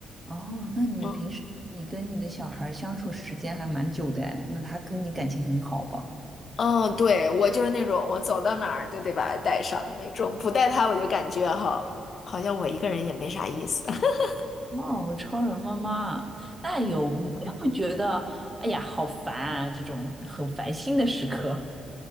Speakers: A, on the right; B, on the left.
A: 哦，那你平时你跟你的小孩儿相处时间还蛮久的哎那他跟你感情很好吧？
B: 嗯嗯，对，我就是那种我走到哪儿就得把他带上的那种，不带他我就感觉哈，好像我一个人也没啥意思。<laughs>
A: 哦，超人妈妈，那有没有觉得，哎呀，好烦啊，这种很烦心的时刻？